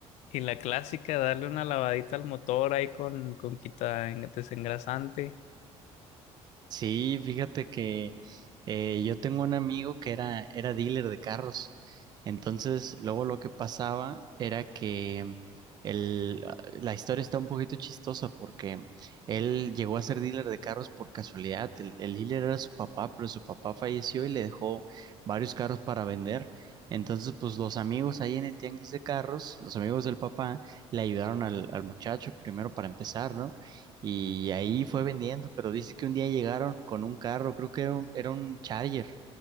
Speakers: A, on the left; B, on the right.
A: y la clásica, darle una lavadita al motor ahí con, con quita en- desengrasante.
B: Sí, fíjate que eh, yo tengo un amigo que era, era dealer de carros. Entonces, luego lo que pasaba era que el, la historia está un poquito chistosa porque él llegó a ser dealer de carros por casualidad. El, el dealer era su papá, pero su papá falleció y le dejó varios carros para vender. Entonces, pues los amigos ahí en el tianguis de carros, los amigos del papá, le ayudaron al, al muchacho primero para empezar, ¿no? Y ahí fue vendiendo, pero dice que un día llegaron con un carro, creo que era un, era un Charger